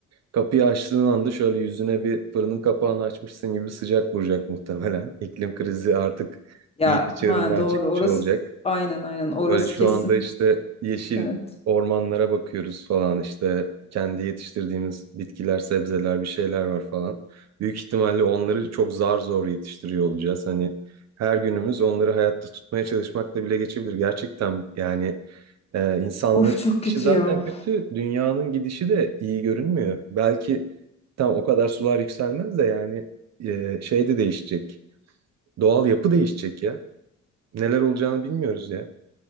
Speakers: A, on the right; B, on the left.
A: Kapıyı açtığın anda şöyle yüzüne bir fırının kapağını açmışsın gibi sıcak vuracak muhtemelen. İklim krizi artık
B: Ya
A: iyice çığırından
B: ha doğru
A: çıkmış
B: orası
A: olacak.
B: aynen aynen orası
A: Böyle şu
B: kesin.
A: anda işte yeşil
B: Evet.
A: ormanlara bakıyoruz falan işte kendi yetiştirdiğimiz bitkiler, sebzeler bir şeyler var falan. Büyük ihtimalle onları çok zar zor yetiştiriyor olacağız. Hani her günümüz onları hayatta tutmaya çalışmakla bile geçebilir. Gerçekten yani e, insanlığın
B: Of çok
A: gidişi
B: kötü
A: zaten
B: ya.
A: kötü, dünyanın gidişi de iyi görünmüyor. Belki tam o kadar sular yükselmez de yani e, şey de değişecek. Doğal yapı değişecek ya. Neler olacağını bilmiyoruz ya.